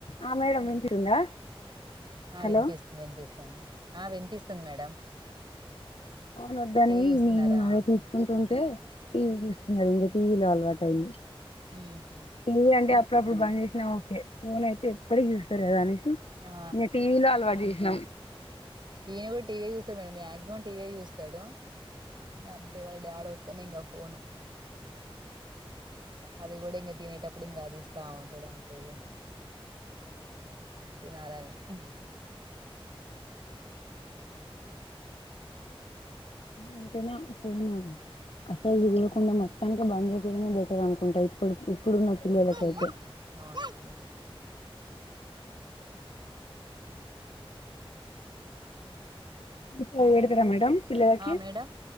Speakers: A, on the left; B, on the right.
A: ఆ మేడమ్ వినిపిస్తుందా
B: ఆ
A: హలో
B: వినిపిస్తుంది వినిపిస్తుంది ఆ వినిపిస్తుంది మేడం
A: ఫోన్ వద్దని
B: టీవీ చూస్తున్నారా
A: నేను మల్ల తీసుకుంటుంటే ఇ <unintelligible> మరియు టీవీ లో అలవాటు అయ్యి
B: హు
A: ఇది అండి అప్పుడప్పుడు బంద్ చేసినా ఓకే ఫోన్ అయితే ఎప్పటికి చూస్తారు కదా అని
B: ఆ
A: ఇగ టీవీ లో అలవాటు చెసిర్రు
B: ఈయన కూడా టీవీ చూస్తారు మేడం మాక్సిమం టీవీ చూస్తా చెడు అంత ఇగ వాళ్ళ డాడ్ వస్తానీ ఇగ పోను అది కూడా ఇంకా తినేటప్పుడు ఇంకా అది ఇస్తా ఉంటాడు అంతే ఇక తినాలానే ఇహ్
A: అంతేనా ఫోన్ అసలు చూడకుండా మొత్తానికి బంద్ చెపియ్యడమే బెటర్ అనుకుంటా ఇప్పుడు ఇప్పుడున్న పిల్లలకైతే
B: ఉమ్ అవును మేడం
A: మీ సైడ్ పెడతారా మేడం పిల్లకి
B: ఆ మేడం